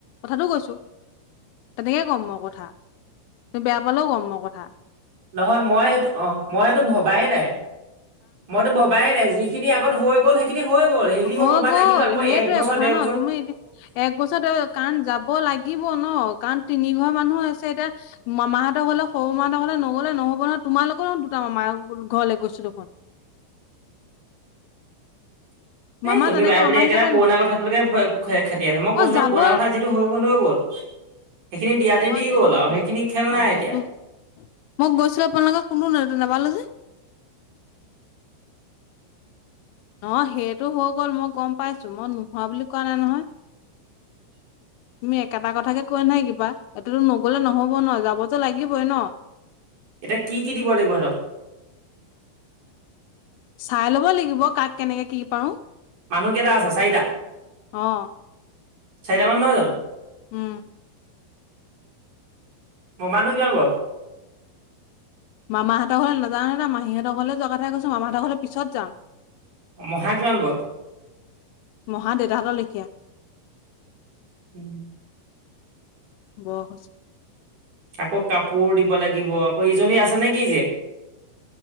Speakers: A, on the left; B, on the right.
A: কথাটো কৈছো তেনেকেই কম মই কথা বেয়া পালেও কম মই কথা
B: নহয় মই সেইটো অহ মই সেইটো ভবাই নাই। মইতো ভবাই নাই যিখিনি আগত হৈ গ'ল সেইখিনি হৈ গ'ল সেইখিনি
A: হৈ
B: মই ভবা
A: গ'ল
B: নাই কিন্তু আকৌ
A: সেইটোৱে
B: একবছৰ
A: কথা
B: -দেৰ
A: ন' তুমি এতিয়া এক বছৰত কাৰণ যাব লাগিব ন'কাৰণ তিনি ঘৰ মানুহ আছে এতিয়া মামাহঁতৰ ঘৰলে সৰু মাহঁতৰ ঘৰলে নগ'লে নহ'ব নহয় তোমালোকৰো দুটা মামা ঘৰলে গৈছো দেখোন।
B: এ
A: মামা
B: তুমি
A: তেনেকে
B: বাৰেপতি
A: মামা হিচাপে
B: একেটা পুৰণা
A: না
B: কথাটোলৈকে খেতি আছে মই কৈছো
A: অ
B: ন
A: যাব
B: পুৰণা কথা যিটো হৈ গ'ল- হৈ গ'ল। সেইখিনি
A: নহয়
B: দিয়া দি
A: সেইটো
B: গ'ল আৰু
A: হওক
B: সেইখিনি খেল
A: অ
B: নাই
A: সেইটো
B: এতিয়া।
A: মই গৈছিলো আপোনালোক কোনো নাপালো যে ন' সেইটো হৈ গ'ল মই গম পাইছো মই নোহোৱা বুলি কোৱা নাই নহয় <inaudible> তুমি একেটা কথাকে কৈ নাথা ৱাহএইটোতো নগলে নহব ন' যাবতো লাগিবই ন'।
B: এতিয়া কি- কি দিব লাগিব হেতক?
A: চাই লব লাগিব কাক কেনেকে কি পাৰো।
B: মানুহ কেইটা আছে চাৰিটা
A: অ
B: -চাৰিটা মানুহ নহয় জানো?
A: উম
B: মমানো কিমান বয়স?
A: মামাহঁতৰ ঘৰলে নাযাওঁ নহয়, মাহীহঁতৰ ঘৰলে যোৱা কথা কৈ ত মামাহঁতৰ ঘৰলে পিছত যাম।
B: মহা কিমান বয়স
A: মহা দেউতাহঁতৰ লেখিয়া।
B: উম।
A: বয়স হৈছে।
B: আকৌ কাপোৰ দিব লাগিব। আকৌ এইজনী আছে নেকি জীয়েক